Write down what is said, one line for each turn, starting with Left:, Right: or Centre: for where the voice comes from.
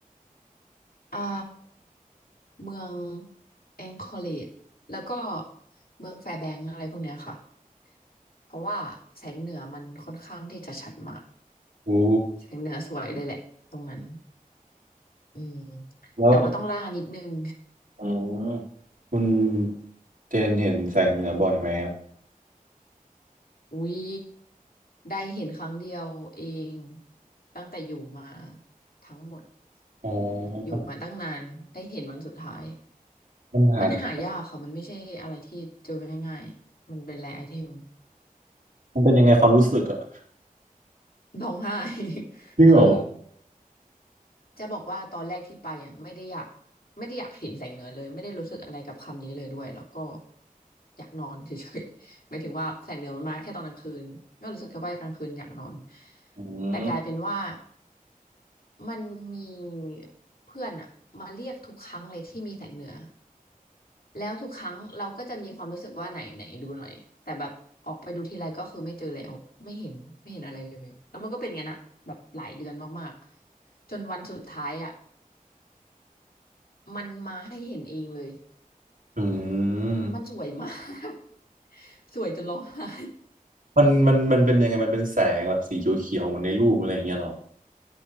Left: อ่าเมืองแองคอเลจแล้วก็เมืองแฟร์แบงก์อะไรพวกเนี้ยค่ะเพราะว่าแสงเหนือมันค่อนข้างที่จะชัดมาก
Right: โอ้
Left: แสงเหนือสวยเลยแหละตรงนั้นอืม
Right: แล้ว
Left: แต่ว่าต้องล่านิดนึง
Right: อืมคุณเจนเห็นแสงเหนือบ่อยไหมอะ
Left: <laughs> อุ้ยได้เห็นครั้งเดียวเองตั้งแต่อยู่มาทั้งหมด
Right: อ๋อ
Left: แบบอยู่มาตั้งนานได้เห็นวันสุดท้าย
Right: มันหาดู
Left: มันหายากค่ะมันไม่ใช่อะไรที่เจอง่ายๆมันเป็นแรร์ไอเทม
Right: มันเป็นยังไงความรู้สึกอะ
Left: ร้องไห้ <laughs>
Right: จริงเหรอ
Left: คือจะบอกว่าตอนแรกที่ไปอ่ะไม่ได้อยากไม่ได้อยากเห็นแสงเหนือเลยไม่ได้รู้สึกอะไรกับคำนี้เลยด้วยแล้วก็อยากนอนเฉยๆ <laughs> หมายถึงว่าแสงเหนือมันมาแค่ตอนกลางคืนก็รู้สึกแค่ว่ากลางคืนอยากนอน
Right: อืม
Left: แต่กลายเป็นว่า มันมีเพื่อนอะมาเรียกทุกครั้งเลยที่มีแสงเหนือแล้วทุกครั้งเราก็จะมีความรู้สึกว่าไหนไหนดูหน่อยแต่แบบออกไปดูทีไรก็คือไม่เจอแล้วไม่เห็นไม่เห็นอะไรเลยแล้วมันก็เป็นอย่างนั้นอะแบบหลายเดือนมากๆจนวันสุดท้ายอะมันมาให้เห็นเองเลย
Right: อืม
Left: มันสวยมาก <laughs> สวยจนร้องไห้
Right: มันมันมันเป็นยังไงมันเป็นแสงแบบสีเขียวๆเหมือนในรูปอะไรอย่างเงี้ยเหรอ